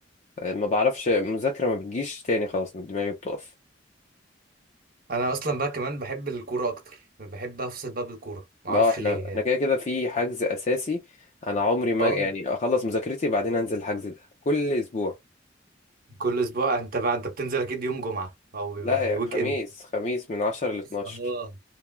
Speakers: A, on the left; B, on the right.
A: آه، ما بعرفش مذاكره ما بتجيش تاني خلاص من دماغي بتقف
B: انا اصلا بقى كمان بحب الكوره اكتر بحب افصل بقى بالكوره ما
A: بقى
B: اعرفش
A: احنا
B: ليه
A: احنا
B: يعني
A: كده كده في حجز اساسي انا عمري ما
B: اه
A: يعني اخلص مذاكرتي بعدين انزل الحجز ده كل اسبوع
B: كل اسبوع انت بقى انت بتنزل اكيد يوم جمعه او بيبقى
A: لا يا
B: ويك
A: خميس
B: اند
A: خميس من 10 ل 12
B: اه